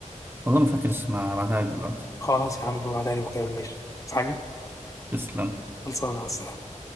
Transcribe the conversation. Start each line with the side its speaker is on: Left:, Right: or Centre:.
Right: والله ما فاكر اسمها هبعتها لك دلوقتي
Left: خلاص يا عم ببعتها لي وكده ماشي بس حاجه
Right: تسلم
Left: خلصانه على السلامة.